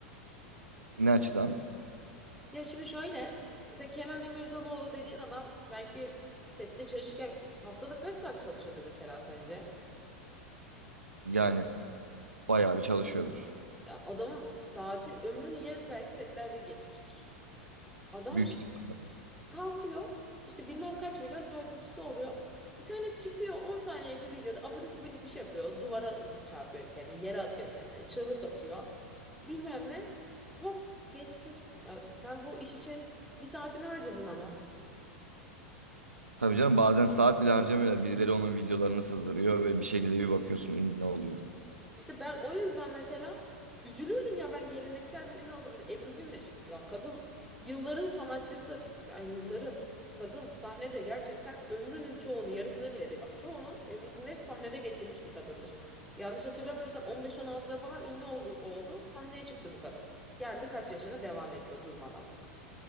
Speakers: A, on the right; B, in the centre.
A: Ne açıdan?
B: Ya şimdi şöyle. Mesela Kenan İmirzalıoğlu dediğin adam belki sette çalışırken haftada kaç saat çalışıyordur mesela sence?
A: Yani bayağı bir çalışıyordur.
B: Ya adamın saati ömrünün yarısı belki setlerde geçmiştir. Adam
A: Büyük
B: şimdi
A: ihtimal.
B: kalkıyor işte bilmem kaç milyon takipçisi oluyor. Bir tanesi çıkıyor 10 saniyelik bir videoda abidik gubidik bir şey yapıyor. Duvara vu- çarpıyor kendini, yere atıyor kendini, çığlık atıyor. Bilmem ne. Hop geçti. Ya sen bu iş için bir saatini harcadın ama.
A: Tabii canım bazen saat bile harcamıyorlar. Birileri onun videolarını sızdırıyor ve bir şekilde bir bakıyorsun ünlü oluyor.
B: İşte ben o yüzden mesela üzülürdüm ya ben geleneksel bir ünlü olsam. Mesela Ebru Gündeş ya kadın yılların sanatçısı. Yani yılların kadın sahnede gerçekten ömrünün çoğunu yarısını bile değil. Bak çoğunu Ebru Gündeş sahnede geçirmiş bir kadındır. Yanlış hatırlamıyorsam 15-16'da falan ünlü oldu, oldu. Sahneye çıktı bu kadın. Geldi kaç yaşına devam ediyor durmadan.